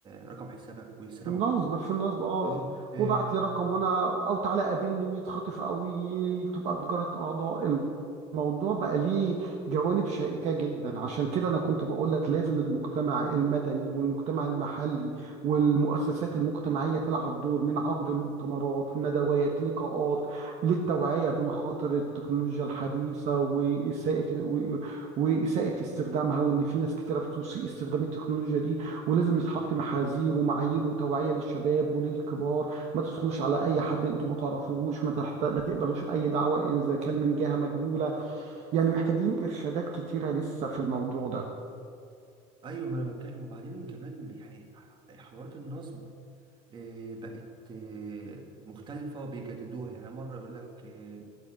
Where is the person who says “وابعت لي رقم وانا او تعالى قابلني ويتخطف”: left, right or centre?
Right